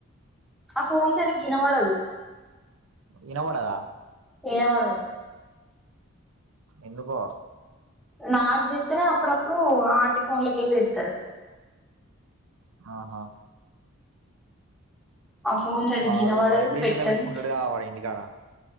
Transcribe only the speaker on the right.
ఇన పడదా
ఎందుకో
ఆహా
వాడు
వైబ్రేషన్
లో పెట్టుకుంటాడు కా వాడు ఇంటికాడ